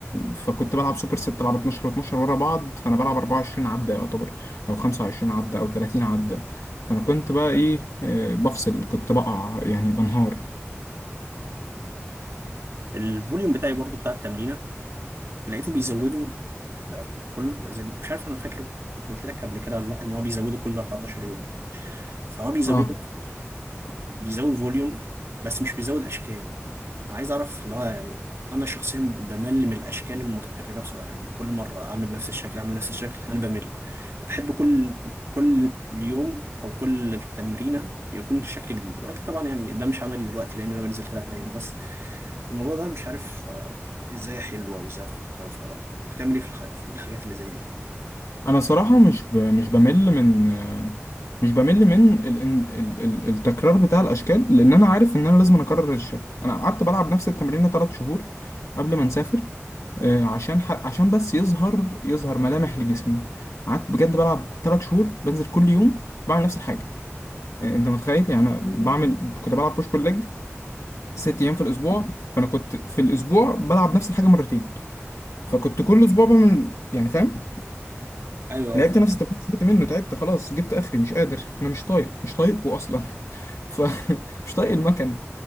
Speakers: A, on the left (about 85°); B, on the right (about 60°).
A: فكنت بلعب سوبر ست بلعب 12 و12 ورا بعض فانا بلعب 24 عدة يعتبر او 25 عدة او 30 عدة فانا كنت بقى ايه آه، بفصل كنت بقع يعني بنهار
B: الفوليوم بتاعي برضو بتاع التمرينة لقيته بيزودوا بقى كل زي ما- مش عارف انا فاكر كنت قلت لك قبل كده ولا لا ان هو بيزودوا كل 14 يوم فهو بيزود
A: اه
B: بيزود فوليوم بس مش بيزود اشكال انا عايز اعرف اللي هو يعني انا شخصيا بمل من الاشكال المتكرره بسرعه يعني كل مره اعمل نفس الشكل اعمل نفس الشكل انا بمل بحب كل كل يوم او كل تمرينه يكون شكل جديد ولكن طبعا يعني ده مش عملي دلوقتي لان انا بنزل ثلاث ايام بس فالموضوع ده مش عارف آه، ازاي احله او ازاي اتخطاه بتعمل ايه في الح... في الحاجات اللي زي دي
A: انا صراحة مش ب... مش بمل من آه، مش بمل من ال... ال... ال... التكرار بتاع الاشكال لان انا عارف ان انا لازم اكرر الشكل انا قعدت بلعب نفس التمرين 3 شهور قبل ما نسافر آه، عشان ح... عشان بس يظهر يظهر ملامح لجسمي قعدت بجد بلعب ثلاث شهور بنزل كل يوم بعمل نفس الحاجه آه، انت متخيل يعني انا بعمل كنت بلعب بوش بول ليج ست ايام في الاسبوع فانا كنت في الاسبوع بلعب نفس الحاجه مرتين فكنت كل اسبوع بعمل يعني فاهم
B: ايوه
A: لعبت
B: آه،
A: نفس التمرين زهقت منه تعبت خلاص جبت اخري مش قادر انا مش طايق مش طايقكم اصلا <laughs> ف مش طايق المكن